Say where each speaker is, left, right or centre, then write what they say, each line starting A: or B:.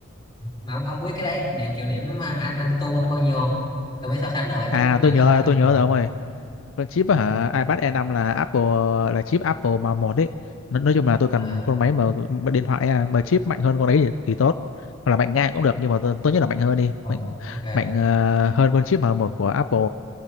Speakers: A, on the left (about 20°); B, on the left (about 75°).
A: mà ông ông biết cái đấy để kiểu điểm à, anh tu tu nó bao nhiêu không? Tôi mới so sánh được ấy, chứ
B: à
A: mạnh
B: tôi
A: hơn
B: nhớ
A: hay không?
B: tôi nhớ
A: Ừ.
B: rồi ông ơi con chip
A: ừ.
B: hả iPad e năm là Apple là chip Apple mà một đấy nói, nói chung là tôi cần
A: À,
B: một con máy mà mà điện thoại à, mà chip mạnh hơn con đấy thì, thì tốt hoặc là mạnh ngang cũng được nhưng mà tôi- tốt nhất là mạnh hơn đi
A: ờ,
B: mạnh
A: ok.
B: mạnh ờ, hơn con chip mà một của Apple